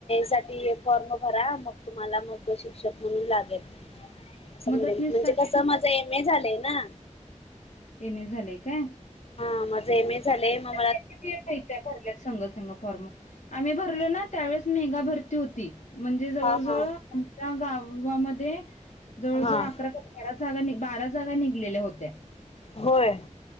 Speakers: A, on the left (about 50°); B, on the left (about 70°).
A: साठी फॉर्म भरा मग तुम्हाला मग शिक्षक म्हणून लागेल. असं
B: मदतनीस
A: म्हणेल म्हणजे
B: साठी
A: कसं माझं एम ए झालंय ना.
B: एम ए झालंय काय?
A: हा माझं एम ए झालय म
B: <inaudible> भरले संग संंग फॉर्म आम्ही भरलो ना त्यावेळेस मेगा भरती होती. म्हणजे जवळ
A: हा
B: जवळ
A: हा
B: आमच्या गावामध्ये जवळजवळ
A: हा
B: अकरा बारा जागा बारा जागा निघलेल्या होत्या.
A: होय.